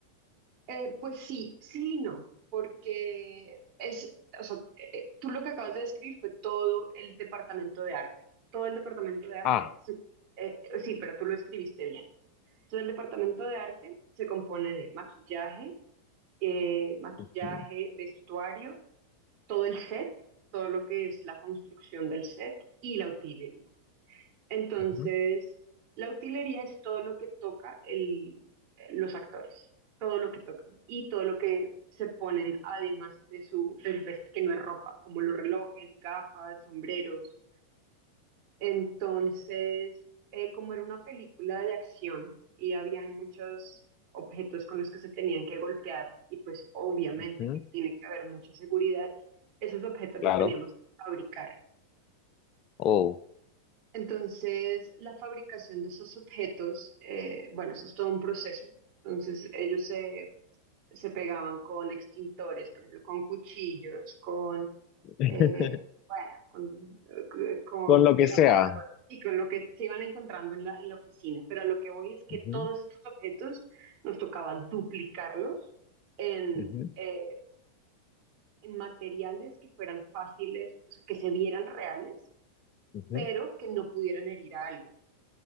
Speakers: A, on the right (about 40°); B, on the left (about 35°).
A: Eh, pues sí, sí y no, porque es, o sea, eh, eh, tú lo que acabas de describir fue todo el departamento de arte. Todo el departamento de arte,
B: Ah.
A: se- eh, eh, sí, pero tú lo escribiste bien. Entonces, el departamento de arte se compone de maquillaje, eh, maquillaje,
B: Ujú,
A: vestuario, todo el set, todo lo que es la construcción del set y la utilería. Entonces,
B: ujú,
A: la utilería es todo lo que toca el, los actores, todo lo que tocan y todo lo que se ponen además de su del vest que no es ropa, como los relojes, gafas, sombreros. Entonces, eh, como era una película de acción y habían muchos objetos con los que se tenían que golpear y pues obviamente
B: ujú,
A: que tiene que haber mucha seguridad, esos objetos
B: Claro.
A: los teníamos que fabricar.
B: Oh.
A: Entonces, la fabricación de esos objetos, eh, bueno, eso es todo un proceso. Entonces, ellos se, se pegaban con extintores, por ejemplo, con cuchillos, con,
B: <laughs>
A: eh, bueno, con, eh, con,
B: Con lo que
A: gra-
B: sea.
A: y con lo que se iban encontrando en la, en la oficina. Pero a lo que voy es que
B: Ujú,
A: todos estos objetos nos tocaba duplicarlos en,
B: ujú,
A: eh, en materiales que fueran fáciles, o sea, que se vieran reales,
B: ujú.
A: pero que no pudieran herir a alguien.